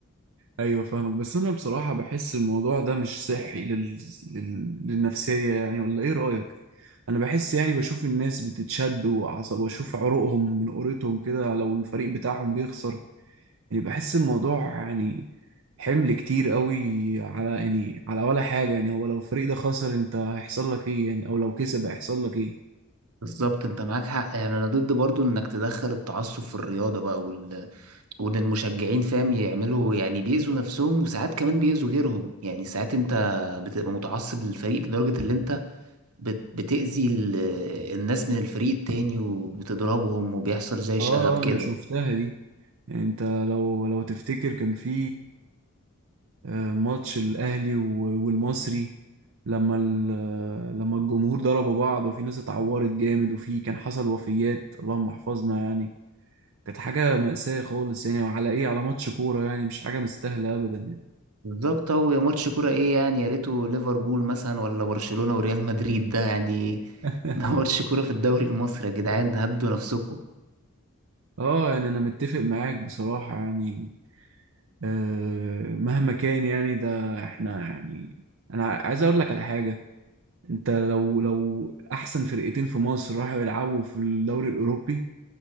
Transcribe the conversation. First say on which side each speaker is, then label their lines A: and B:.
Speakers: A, on the right; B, on the right.
A: أيوة فاهمك بس أنا بصراحة بحس الموضوع ده مش صحي لل... لل... للنفسية يعني ولا إيه رأيك؟ انا بحس يعني بشوف الناس بتتشد وعصب واشوف عروقهم من قريتهم كده لو الفريق بتاعهم بيخسر يعني بحس الموضوع يعني حمل كتير قوي على يعني على ولا حاجة يعني هو لو الفريق ده خسر انت هيحصل لك ايه يعني او لو كسب هيحصل لك ايه
B: بالظبط انت معاك حق يعني انا ضد برضو انك تدخل التعصب في الرياضة بقى وال... وان المشجعين فاهم يعملوا يعني بيأذوا نفسهم وساعات كمان بيأذوا غيرهم يعني ساعات انت بتبقى متعصب للفريق لدرجة اللي انت بت- بتأذي ال- الناس من الفريق التاني وبتضربهم وبيحصل زي شغب
A: اه
B: كده
A: آه، انا شفتها دي يعني انت لو لو تفتكر كان في آه، ماتش الاهلي و- والمصري لما ال- آه، لما الجمهور ضربوا بعض وفي ناس اتعورت جامد وفي كان حصل وفيات اللهم احفظنا يعني كانت حاجة مأساة خالص يعني وعلى ايه على ماتش كورة يعني مش حاجة مستاهلة ابدا يعني
B: بالظبط هو يا ماتش كورة ايه يعني يا ريته ليفربول مثلا ولا برشلونة وريال مدريد ده يعني
A: <laughs>
B: <laughs> ده ماتش كورة في الدوري المصري يا جدعان هدوا نفسكم
A: اه يعني انا متفق معاك بصراحة يعني آه مهما كان يعني ده احنا يعني انا عايز اقول لك على حاجة انت لو لو احسن فرقتين في مصر راحوا يلعبوا في الدوري الاوروبي